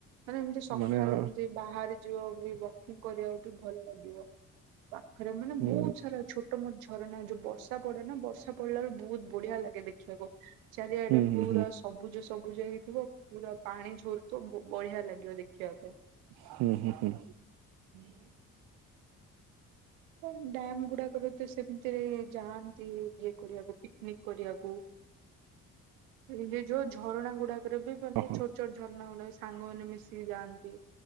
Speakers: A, on the right (about 80°); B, on the right (about 65°).
A: ମାନେ ଏମିତି ସକାଳୁ
B: ମାନେ ଆ,
A: ଏମତି ବାହାରେ ଯିବ ବି ୱକିଂ କରିବାକୁ ବି ଭଲ ଲାଗିବ। ପାଖରେ ମାନେ
B: ହୁଁ
A: ବହୁତ ସାରା ଛୋଟ ମୋଟ ଝରଣା ଯୋଉ ବର୍ଷା ପଡେ ନା ବର୍ଷା ପଡିଲା ବେଳେ ବହୁତ ବଢିଆ ଲାଗେ ଦେଖିବାକୁ। ଚାରିଆଡେ
B: ହୁଁ ହୁଁ
A: ପୁରା
B: ହୁଁ
A: ସବୁଜ ସବୁଜ ହେଇକି ଥିବ ପୁରା ପାଣି ଝରୁଥିବ। ବ ବଢିଆ ଲାଗିବ ଦେଖିବା ପାଇଁ।
B: ହୁଁ ହୁଁ ହୁଁ।
A: <inaudible> ଏ ଡ୍ୟାମ ଗୁଡାକରେ ତ ସେମିତିରେ ଯାଆନ୍ତି ଇଏ କରିବାକୁ ପିକନିକ କରିବାକୁ। ଏ ବେ ଯୋଉ ଝରଣା ଗୁଡାକ ର ବି ମାନେ
B: ଓହୋ
A: ଛୋଟ ଛୋଟ ଝରଣା ଗୁଡା ସାଙ୍ଗ ମାନେ ମିଶିକି ଯାଆନ୍ତି।